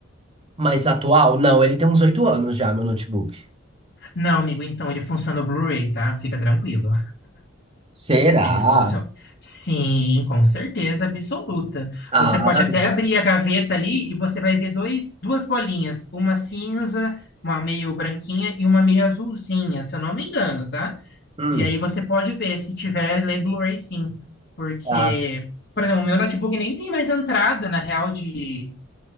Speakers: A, on the right; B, on the left.
A: Mais atual? Não, ele tem uns oito anos já, meu notebook.
B: Não, amigo, então ele funciona o Blu-ray, tá? Fica tranquilo.
A: Será?
B: Ele funciona. Sim, com certeza absoluta.
A: Ah,
B: Você pode até abrir a gaveta ali e você vai ver dois, duas bolinhas, uma cinza, uma meio branquinha e uma meio azulzinha, se eu não me engano, tá?
A: hum,
B: E aí você pode ver se tiver lê Blu-ray sim, porque,
A: tá.
B: por exemplo, o meu notebook nem tem mais entrada na real de